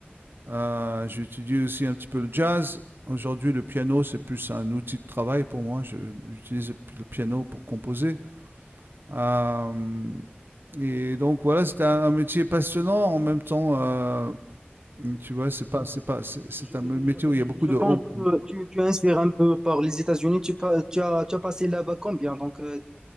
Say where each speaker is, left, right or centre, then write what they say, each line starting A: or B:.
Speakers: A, on the right; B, on the right.
A: Euh, j'ai aussi un petit peu le jazz. Aujourd'hui, le piano, c'est plus un outil de travail pour moi. Je- J'utilise le piano pour composer. Euh, et donc, voilà, c'est un, un métier passionnant. En même temps, euh, tu vois, c'est pas, c'est pas, c'est c'est
B: Je,
A: un métier
B: je-
A: où il y a beaucoup
B: je-
A: de
B: pense
A: hauts.
B: que tu, tu inspires un peu par les États-Unis. Tu, pa- tu as, tu as passé là-bas combien? Donc, euh,